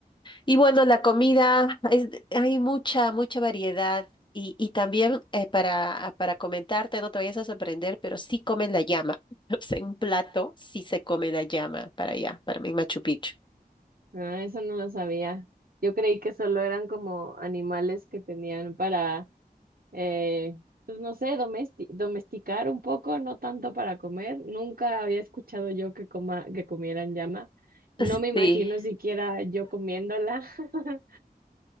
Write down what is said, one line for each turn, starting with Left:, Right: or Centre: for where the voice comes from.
Left: Y bueno, la comida, es- hay mucha, mucha variedad. Y, y también eh, para, para comentarte, no te vayas a sorprender, pero sí comen la llama. <laughs> O sea, en un plato sí se come la llama para allá, para mí Machu Picchu.
Right: Ah, eso no lo sabía. Yo creí que solo eran como animales que tenían para eh, pues no sé, domesti- domesticar un poco, no tanto para comer. Nunca había escuchado yo que coma, que comieran llama. No
Left: Sí,
Right: me imagino siquiera yo comiéndola. <laughs>